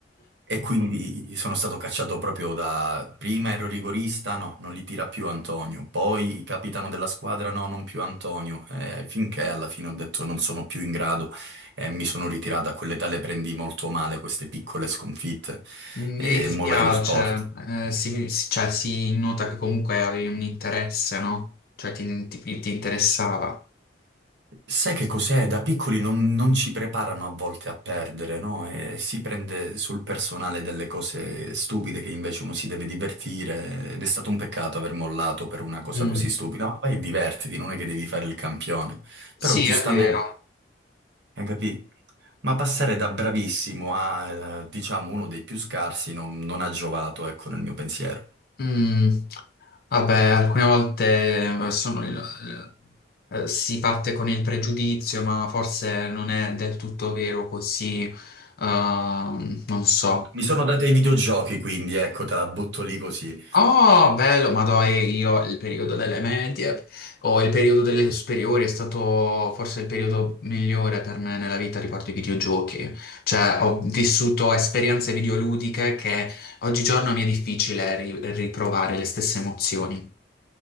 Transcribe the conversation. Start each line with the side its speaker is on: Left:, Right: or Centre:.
Right: e quindi sono stato cacciato proprio da... Prima ero rigorista, no, non li tira più Antonio. Poi capitano della squadra, no, non più Antonio. Eh, finché alla fine ho detto non sono più in grado e mi sono ritirato. A quell'età le prendi molto male queste piccole sconfitte
Left: Mi
Right: e
Left: dispiace,
Right: mollai lo sport.
Left: eh, si, si- cioè, si nota che comunque avevi un interesse, no? Cioè ti, ti- ti interessava.
Right: Sai che cos'è? Da piccoli non, non ci preparano a volte a perdere, no? E si prende sul personale delle cose stupide che invece uno si deve divertire ed è stato un peccato aver mollato per una cosa
Left: Mm.
Right: così stupida, ma vai e divertiti, non è che devi fare il campione.
Left: Sì,
Right: Però giustamente,
Left: è vero.
Right: hai capito? Ma passare da bravissimo a, eh, diciamo, uno dei più scarsi non, non ha giovato, ecco, nel mio pensiero.
Left: Mm. Vabbè, alcune volte eh, sono il- eh, eh, si parte con il pregiudizio, ma forse non è del tutto vero così, ehm, non so.
Right: Mi sono dato i videogiochi, quindi, ecco, te la butto lì così.
Left: Oh, bello, ma dai, io il periodo delle medie o il periodo delle superiori è stato forse il periodo migliore per me nella vita riguardo ai videogiochi. Cioè, ho vissuto esperienze videoludiche che oggigiorno mi è difficile ri- riprovare le stesse emozioni.